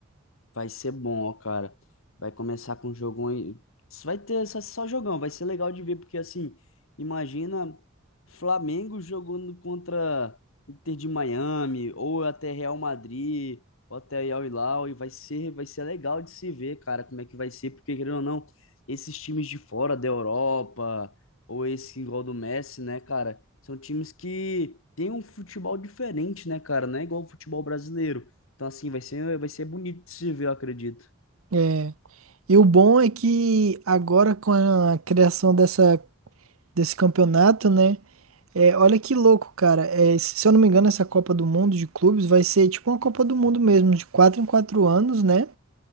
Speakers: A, on the left; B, on the right.
A: Vai ser bom, ó, cara. Vai começar com um jogão. aí. Vai ter essa- só jogão, vai ser legal de ver, porque assim, imagina Flamengo jogando contra Inter de Miami, ou até Real Madrid, ou até Al Hilal, e vai ser, vai ser legal de se ver, cara, como é que vai ser, porque querendo ou não, esses times de fora da Europa, ou esse igual do Messi, né, cara, são times que têm um futebol diferente, né, cara, não é igual o futebol brasileiro. Então, assim, vai ser, vai ser bonito de se ver, eu acredito.
B: É. E o bom é que agora com a criação dessa desse campeonato, né? É, olha que louco, cara. É, se se eu não me engano, essa Copa do Mundo de clubes vai ser tipo uma Copa do Mundo mesmo, de quatro em quatro anos, né?